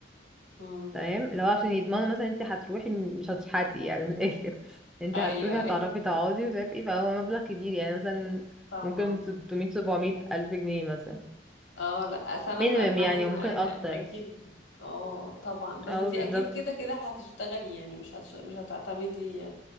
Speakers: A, on the left; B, in the centre.
A: امم
B: تمام اللي هو عشان يضمنوا مثلا انت هتروحي مش هتشحتي يعني من الاخر <laughs> انت
A: ايوه
B: هتروحي هتعرفي
A: أيوة.
B: تقعدي ومش عارف ايه فهو مبلغ كبير يعني مثلا
A: طبعا
B: ممكن 600 700 الف جنيه مثلا
A: اه لا سنة
B: مينيمم
A: في ألمانيا
B: يعني وممكن
A: ما
B: اكتر
A: أكيد اه طبعا بس
B: او
A: انتي
B: بالظبط
A: أكيد كده كده هتشتغلي يعني مش هتش... مش هتعتمدي